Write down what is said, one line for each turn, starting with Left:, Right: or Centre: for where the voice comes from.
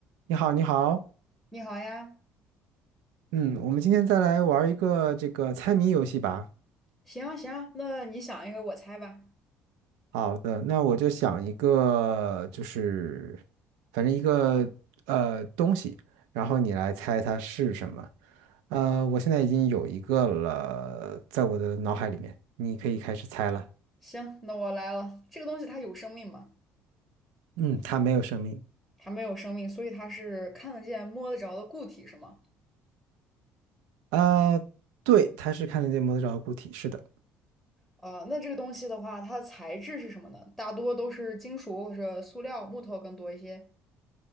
Right: 你好，你好，
Centre: 你好呀，
Right: 嗯，我们今天再来玩一个这个猜谜游戏吧。
Centre: 行行，那你想一个，我猜吧。
Right: 好的，那我就想一个，就是反正一个呃东西，然后你来猜它是什么。呃，我现在已经有一个了，在我的脑海里面，你可以开始猜了。
Centre: 行，那我来了。这个东西它有生命吗？
Right: 嗯，它没有生命。
Centre: 它没有生命，所以它是看得见、摸得着的固体，是吗？
Right: 呃，对，它是看得见摸得着的固体，是的。
Centre: 呃，那这个东西的话，它的材质是什么呢？大多都是金属或者塑料、木头更多一些。